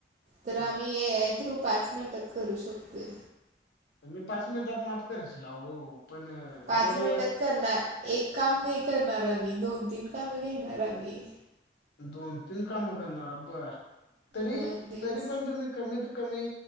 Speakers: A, on the right (about 45°); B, on the left (about 70°).
A: तर
B: हा
A: आम्ही एक आय थ्रु पाच एक मिंटात करू शकतोय.
B: मी पाच मिनिटात माफ कराशिला हो पण
A: पाच
B: जर
A: मिनिटात करणार एक काम नाही करणार आम्ही दोन, तीन काम घेणार आम्ही.
B: दोन, तीन काम करणार बर तरी,
A: मग दिवस
B: तरी पण तुम्ही कमीत कमी